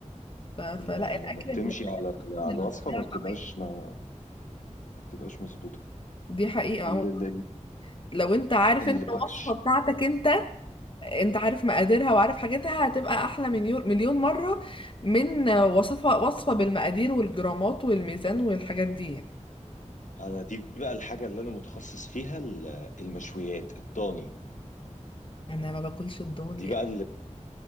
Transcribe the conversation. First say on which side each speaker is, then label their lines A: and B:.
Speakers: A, on the left; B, on the left.
A: ف... فلا
B: ال-
A: الاكل
B: لما بتمشي
A: من الحاجات
B: على
A: اصلا
B: على
A: اللي
B: الوصفة
A: بتضيع
B: ما بتبقاش
A: طعمها
B: ما ما بتبقاش مظبوطة
A: دي حقيقه
B: اللي
A: اه
B: اللي
A: لو انت عارف
B: اللي
A: انت
B: بعش
A: الوصفه بتاعتك انت انت عارف مقاديرها وعارف حاجتها هتبقى احلى مليون مليون مره من وصفه وصفه بالمقادير والجرامات والميزان والحاجات دي يعني.
B: انا دي بقى الحاجه اللي انا متخصص فيها ال- المشويات الضاني
A: انا ما باكلش الضاني
B: دي بقى اللي